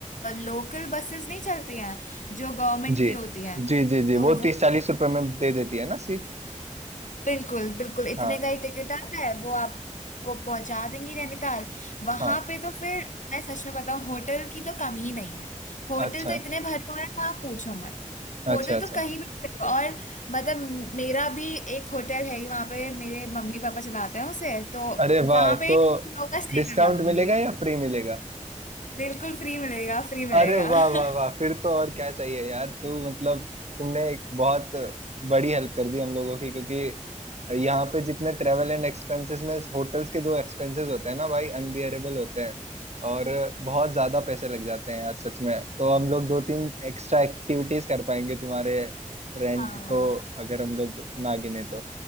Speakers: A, on the left; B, on the right.
A: लोकल बसेस नहीं चलती हैं जो गवर्नमेंट
B: जी
A: की होती हैं
B: जी जी जी
A: तो
B: वो
A: वो
B: तीस चालीस रुपए में दे देती है ना सीट
A: बिल्कुल बिल्कुल इतने
B: हाँ
A: का ही टिकट आता है वो आप- आपको पहुंचा देंगी नैनीताल वहां
B: हाँ
A: पे तो फिर मैं सच में बताऊं होटल की तो कमी ही नहीं है होटल
B: अच्छा
A: तो इतने भरपूर है आप पूछो मत
B: अच्छा
A: होटल
B: अच्छा
A: तो कहीं भी मिलेगा। और मतलब मेरा भी एक होटल है ही वहां पे मेरे मम्मी पापा चलाते हैं उसे तो
B: अरे वाह
A: वहां पे
B: तो
A: तुम लोगों का स्टे
B: डिस्काउंट
A: करवा दूंगी
B: मिलेगा या फ्री मिलेगा
A: बिल्कुल फ्री मिलेगा फ्री मिलेगा
B: अरे वाह
A: <laughs>
B: वाह वाह फिर तो और क्या चाहिए यार तू मतलब तुमने एक बहुत बड़ी हेल्प कर दी हम लोगों की क्योंकि यहाँ पे जितने ट्रेवल एंड एक्सपेंसेस में होटल्स के जो एक्सपेंसेस होते हैं ना भाई अनबियरेबल होते हैं और बहुत ज्यादा पैसे लग जाते हैं यार सच में तो हम लोग दो तीन एक्स्ट्रा एक्टिविटीज कर पाएंगे तुम्हारे रेंट
A: हाँ
B: को अगर हम लोग ना गिने तो